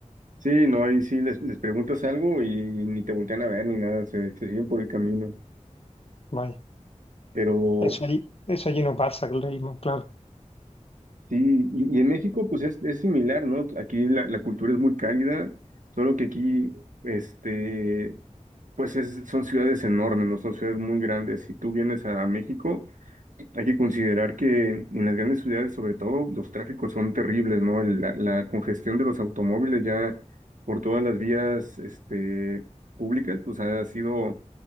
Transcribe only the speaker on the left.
Vaya.
Eso allí, eso allí no pasa, el ritmo, claro.